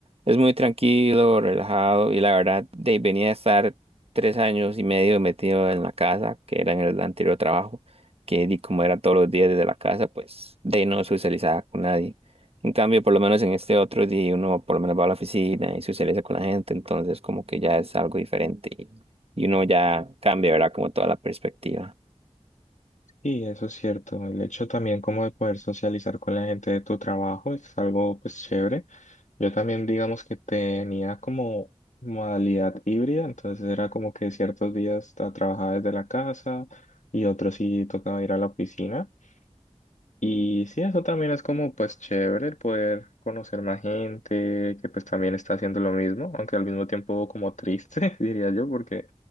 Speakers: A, on the right (about 55°); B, on the left (about 85°).
A: es muy tranquilo, relajado y la verdad de, venía a estar tres años y medio metido en la casa, que era en el anterior trabajo, que di como era todos los días desde la casa, pues de ahí no socializaba con nadie. En cambio, por lo menos en este otro día uno por lo menos va a la oficina y socializa con la gente, entonces como que ya es algo diferente y, y uno ya cambia, ¿verdad? Como toda la perspectiva.
B: Sí, eso es cierto. El hecho también como de poder socializar con la gente de tu trabajo es algo pues chévere. Yo también digamos que tenía como modalidad híbrida, entonces era como que ciertos días ta- trabajaba desde la casa y otros sí tocaba ir a la oficina. Y sí, eso también es como pues chévere el poder conocer más gente que pues también está haciendo lo mismo, aunque al mismo tiempo como triste, <laughs> diría yo, porque